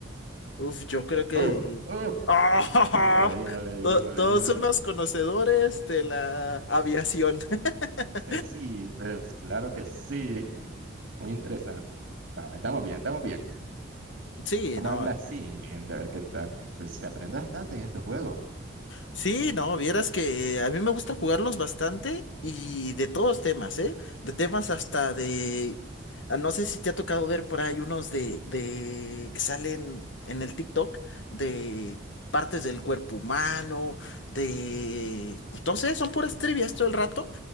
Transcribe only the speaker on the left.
Uf, yo creo que...
¡Ah!
To-
Todos
son los conocedores de la aviación. <laughs>
Sí,
no.
Sí, no, vieras que a mí me gusta jugarlos bastante y de todos temas, ¿eh? De temas hasta de... ah, No sé si te ha tocado ver por ahí unos de, de... que salen en el TikTok de partes del cuerpo humano, de... Entonces son puras trivias todo el rato